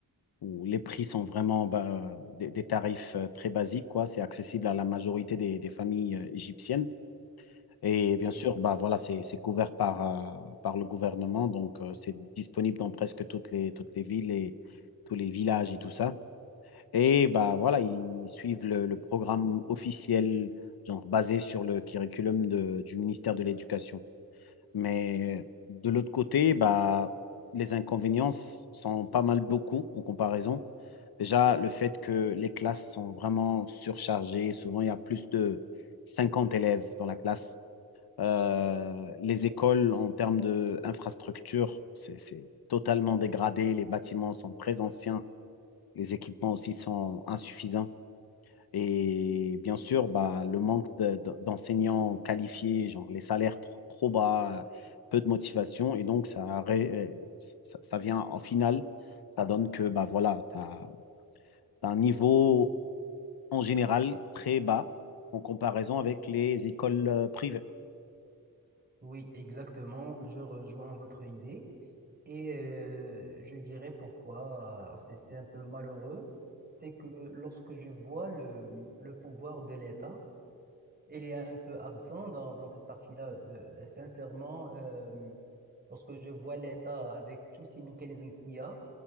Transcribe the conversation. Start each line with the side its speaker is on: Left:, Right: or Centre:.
Left: ou les prix sont vraiment bah, des, des tarifs euh, très basiques, quoi. C'est accessible à la majorité des, des familles euh, égyptiennes. Et bien
Right: Oui,
Left: sûr, bah, voilà, c'est, c'est couvert par, euh, par le gouvernement, donc euh, c'est disponible dans presque toutes les, toutes les villes et tous les villages et tout ça. Et bah, voilà, ils suivent le, le programme officiel, genre basé sur le curriculum de- du ministère de l'Éducation. Mais de l'autre côté, bah, les inconvénients sont pas mal beaucoup en comparaison. Déjà, le fait que les classes sont vraiment surchargées. Souvent, il y a plus de 50 élèves dans la classe. Euh, les écoles, en termes d'infrastructure, c'est, c'est totalement dégradé. Les bâtiments sont très anciens. Les équipements aussi sont insuffisants. Et bien sûr, bah, le manque de- de- d'enseignants qualifiés, genre les salaires tr- trop bas, peu de motivation. Et donc, ça, ré- euh, ça, ça vient en finale, ça donne que bah, voilà, tu as, un niveau en général très bas en comparaison avec les écoles euh, privées.
Right: oui, exactement. Je rejoins votre idée et euh, je dirais pourquoi euh, c'est c'est un peu malheureux. C'est que lorsque je vois le, le pouvoir de l'État, il est un peu absent dans, dans cette partie-là. Euh, sincèrement, euh, lorsque je vois l'État avec tous ces mécanismes qu'il y a,